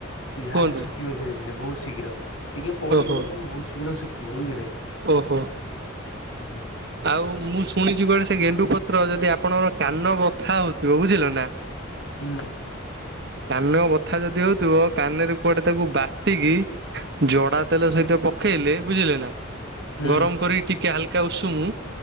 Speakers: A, on the left; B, on the right.
A: ସେ ଘା
B: କୁହନ୍ତୁ
A: ଟା ଶୁଖିବ ଧୀରେ ଧୀରେ ବହୁତ ଶୀଘ୍ର ଟିକେ ପଡିବ
B: ଓହୋ
A: କିନ୍ତୁ ବହୁତ ଶୀଘ୍ର ଶୁଖିବ ବୁଝିଲେ।
B: ଓହୋ।
A: ହୁଁ <unintelligible>
B: ଆଉ ମୁଁ ଶୁଣିଛି କୁଆଡେ ସେ ଗେଣ୍ଡୁ ପତ୍ର ଯଦି ଆପଣଙ୍କର କାନ ବଥା ହଉଥିବ ବୁଝିଲ ନା?
A: ହୁଁ।
B: କାନ ବଥା ଯଦି ହଉଥିବ କାନରେ କୁଆଡେ ତାକୁ ବାଟିକି ଜଡା ତେଲ ସହିତ ପକେଇଲେ ବୁଝିଲେ ନା?
A: ହୁଁ
B: ଗରମ କରି ଟିକେ ହାଲକା ଉଷୁମୁ